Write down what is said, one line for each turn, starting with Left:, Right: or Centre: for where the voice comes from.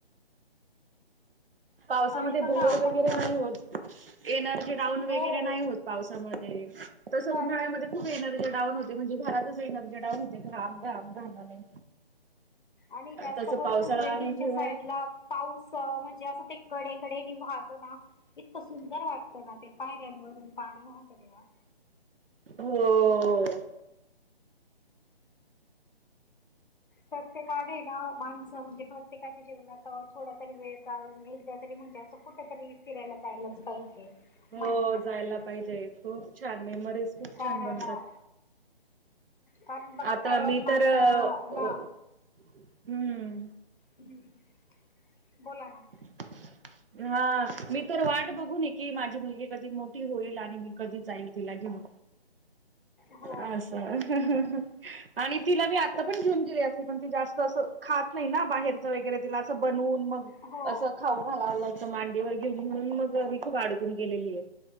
Right: पावसामध्ये
Left: आणि बघा
Right: बोअर
Left: आपण
Right: वगैरे
Left: जर
Right: नाही होत एनर्जी डाऊन
Left: हो
Right: वगैरे नाही होत. पावसामध्ये तसं
Left: नाही
Right: उन्हाळ्यामध्ये
Left: होत
Right: खूप एनर्जी डाऊन होते म्हणजे घरातच एनर्जी डाऊन होते घाम घाम घामाने
Left: आणि जास्त
Right: तसं
Left: करून
Right: पावसाळा
Left: ट्रेकिंगच्या
Right: आणि हिवाळ्यात
Left: साईड ला पाऊस म्हणजे असं ते कडेकडे नि वाहतो ना इतक सुंदर वाटतं ना ते पायऱ्यांवरून पाणी वाहंतं तेव्हा.
Right: होय. हो.
Left: प्रत्येका आधी ना माणस म्हणजे प्रत्येका जिवनातं थोडा तरी वेळ का काडून एकदा तरी म्हणजे असं कुठेतरी फिरायला जायलाच पाहिजे.
Right: हो
Left: महिन्यातून
Right: जायला पाहिजे. खूप छान मेमरीज खूप
Left: कारण
Right: छान बनतात.
Left: अ, कारण बघा
Right: आता
Left: प्रवास
Right: मी
Left: माणसाला
Right: तर, ओ-ओ, हम्म.
Left: हम. बोला ना.
Right: <unintelligible> हा. मी तर वाट बघून येकी माझी मुलगी कधी मोठी होईल? आणि मी कधी जाईल तिला घेऊन.
Left: हो
Right: आस. हं.. हं.. हं आणि तिला मी आता पण घेऊन गेले असते. पण ती जास्त असं खात नाही ना बाहेर च वगैरे तिला असं बनवून मग
Left: हो
Right: असं खाऊ घालावं लागतं मांडीवर घेऊन, म्हणून मग मी खूप अडकून गेलेली ए.